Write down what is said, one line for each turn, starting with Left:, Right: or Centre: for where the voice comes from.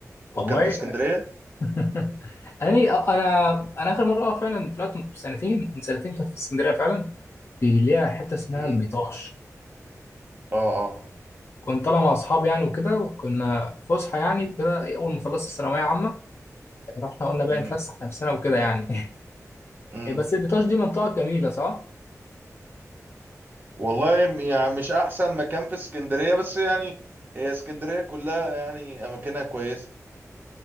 Left: والله
Right: وكان في اسكندريه
Left: <laughs> اني انا انا اخر مره اه فعلا طلعت سنتين من سنتين كنت في اسكندريه فعلا في ليها حته اسمها
Right: امم
Left: البيطاش
Right: اه اه
Left: كنت طالع مع اصحابي يعني وكده وكنا في فسحه يعني وكده اول ما خلصت الثانويه عامه رحنا قلنا بقى
Right: امم
Left: نفسح نفسنا وكده يعني
Right: امم
Left: <laughs> بس البيطاش دي منطقه جميله صح؟
Right: والله م- يعني مش احسن مكان في اسكندريه بس يعني هي اسكندريه كلها يعني اماكنها كويسه